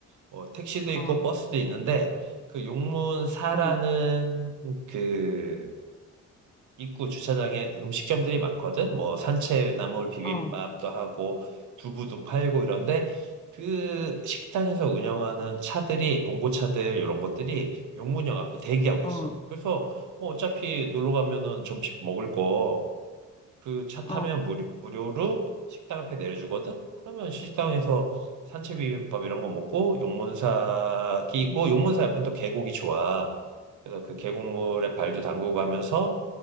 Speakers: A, on the right; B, on the left.
A: 뭐 택시도 있고
B: 어,
A: 버스도 있는데, 그 용문사라는
B: 어,
A: 그 입구 주차장에 음식점들이 많거든. 뭐 산채나물 비빔밥도
B: 어,
A: 하고 두부도 팔고 이런데 그 식당에서 운영하는 차들이 봉고차들 이런 것들이 용문역 앞에 대기하고
B: 어,
A: 있어. 그래서 뭐 어차피 놀러 가면은 점심 먹을 거 그 차
B: 어.
A: 타면 무료, 무료로 식당 앞에 내려주거든. 그러면 식당에서 산채 비빔밥 이런 거 먹고 용문사 끼고
B: 음.
A: 용문사 옆엔 또 계곡이 좋아. 그래서 그 계곡물에 발도 담그고 하면서